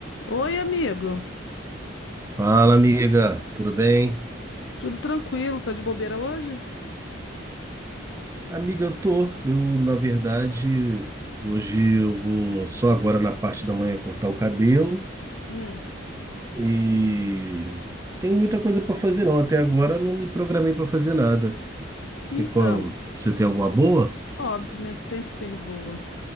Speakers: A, on the left (about 65°); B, on the right (about 15°).
A: Oi, amigo.
B: Fala, amiga, tudo bem?
A: Tudo tranquilo? Tá de bobeira hoje?
B: Amiga, eu tô. Eu, na verdade, hoje eu vou só agora na parte da manhã cortar o cabelo
A: Hum.
B: e tem muita coisa pra fazer não. Até agora eu não me programei pra fazer nada.
A: Então,
B: Que qual? Você tem alguma boa?
A: óbvio, né? Sempre tenho boa.